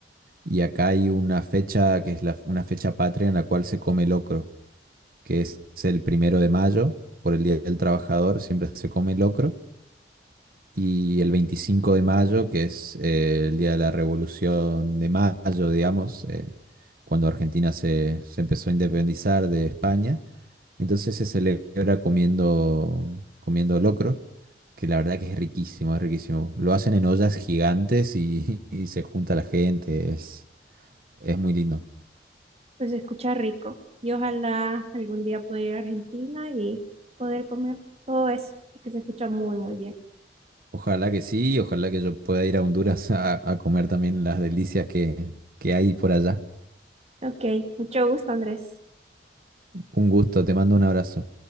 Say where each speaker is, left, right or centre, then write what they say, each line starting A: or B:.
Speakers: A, on the right; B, on the right.
A: Y acá hay una fecha que es la, una fecha patria en la cual se come locro, que es el primero de mayo, por el Día del Trabajador, siempre se come locro y el 25 de mayo, que es eh, el día de la Revolución de Mayo, digamos, eh, cuando Argentina se, se empezó a independizar de España. Entonces se celebra comiendo, comiendo locro, que la verdad que es riquísimo, es riquísimo. Lo hacen en ollas gigantes y, <laughs> y se junta la gente, es, es muy lindo.
B: Pues se escucha rico. Y ojalá algún día poder ir a Argentina y poder comer todo eso, porque se escucha muy, muy bien.
A: Ojalá que sí, ojalá que yo pueda ir a Honduras a, a comer también las delicias que, que hay por allá.
B: Ok, mucho gusto, Andrés.
A: Un gusto, te mando un abrazo.